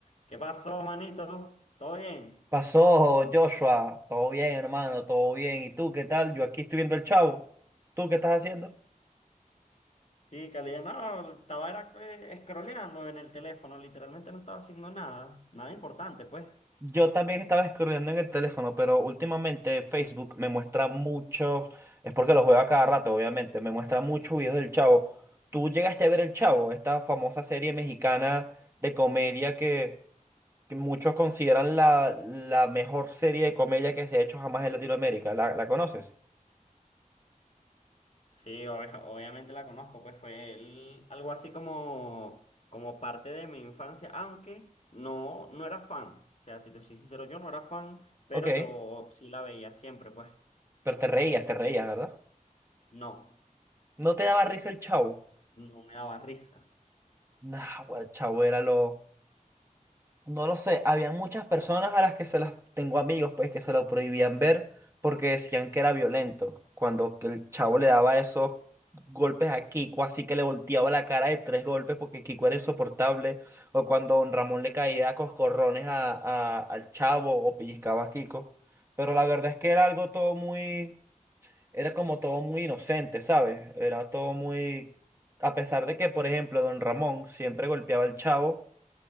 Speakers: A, on the left; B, on the right.
A: ¿Qué pasó, manito? ¿Todo bien?
B: Pasó, Joshua. Todo bien, hermano, todo bien. ¿Y tú qué tal? Yo aquí estoy viendo el Chavo. ¿Tú qué estás haciendo?
A: Sí, calidad. No, estaba era, eh, scrolleando en el teléfono, literalmente no estaba haciendo nada, nada importante, pues.
B: Yo también estaba scrolleando en el teléfono, pero últimamente Facebook me muestra muchos. Es porque lo juego a cada rato, obviamente. Me muestra muchos videos del Chavo. ¿Tú llegaste a ver el Chavo, esta famosa serie mexicana de comedia que, que muchos consideran la, la mejor serie de comedia que se ha hecho jamás en Latinoamérica? ¿La, la conoces?
A: Sí, obvia- obviamente la conozco, pues fue el- algo así como, como parte de mi infancia, aunque no, no era fan. O sea, si te soy sincero, yo no era fan, pero
B: Ok,
A: yo sí la veía siempre, pues.
B: pero te reías, te reías, ¿verdad?
A: No,
B: ¿No te daba risa el Chavo?
A: no me daba risa.
B: Nah, güey, chavo, era lo... No lo sé, habían muchas personas a las que se las... Tengo amigos, pues, que se lo prohibían ver porque decían que era violento. Cuando que el chavo le daba esos golpes a Kiko, así que le volteaba la cara de tres golpes porque Kiko era insoportable. O cuando don Ramón le caía a coscorrones a, a- al chavo o pellizcaba a Kiko. Pero la verdad es que era algo todo muy... Era como todo muy inocente, ¿sabes? Era todo muy... A pesar de que, por ejemplo, don Ramón siempre golpeaba al chavo.